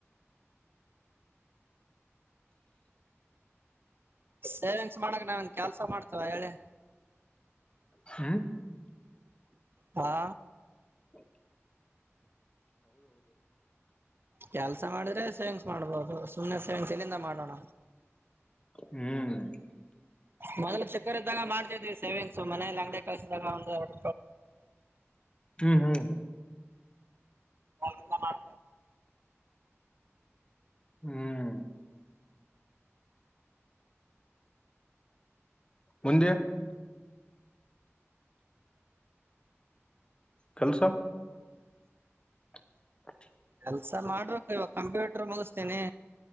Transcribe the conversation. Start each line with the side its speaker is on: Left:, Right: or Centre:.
Right: ಸೇವಿಂಗ್ಸ್ ಮಾಡಕ್ ನಾವನ್ ಕೆಲ್ಸ ಮಾಡ್ತವ ಹೇಳಿ
Left: ಹ್ಮ
Right: ಹಾ
Left: ಹ್ಮ
Right: ಕೆಲ್ಸ ಮಾಡಿದ್ರೆ ಸೇವಿಂಗ್ಸ್ ಮಾಡ್ಬೋದು ಸುಮ್ಮ್ ಸೇವಿಂಗ್ಸ್ ಎಲ್ಲಿಂದ ಮಾಡೋಣ
Left: ಹ್ಮ್
Right: ಮೊದ್ಲು ಚಿಕ್ಕರ್ಗ ಮಾಡ್ತಿದ್ವಿ ಸೇವಿಂಗ್ಸ್ ಮನೇಲಿ ಅಂಗಡ ಕಸಿದಾಗ್ರ
Left: ಹ್ಮ್ ಹ್ಮ್
Right: ಎಲ್ಲ ಮಾಡ
Left: ಹ್ಮ್ ಮುಂದಂದ ಕೆಲಸ <inaudible>
Right: ಕೆಲ್ಸ ಮಾಡ್ಬೇಕು ಇವಾಗ ಕಂಪ್ಯೂಟರ್ ಮುಗಿಸತೇನಿ